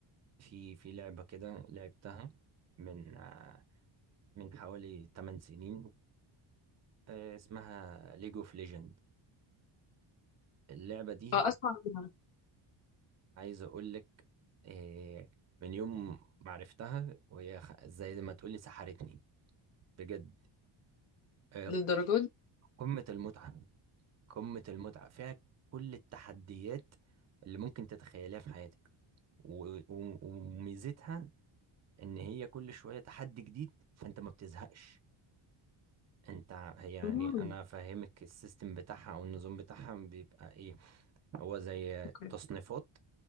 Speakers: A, on the right; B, on the left.
A: في في لعبة كده لعبتها من آه، من حوالي 8 سنين آه، اسمها ليج اوف ليجند اللعبة دي
B: اه اسمع عنها
A: عايز اقول لك آه، من يوم ما عرفتها وهي خ- زي ما تقولي سحرتني بجد آه،
B: للدرجات دي
A: قمة المتعة قمة المتعة فيها كل التحديات اللي ممكن تتخيليها في حياتك و- و- وميزتها ان هي كل شويه تحدي جديد فانت ما بتزهقش انت هي يعني
B: مم.
A: انا فاهمك السيستم بتاعها او النظام بتاعها بيبقى ايه هو زي
B: اوكي
A: تصنيفات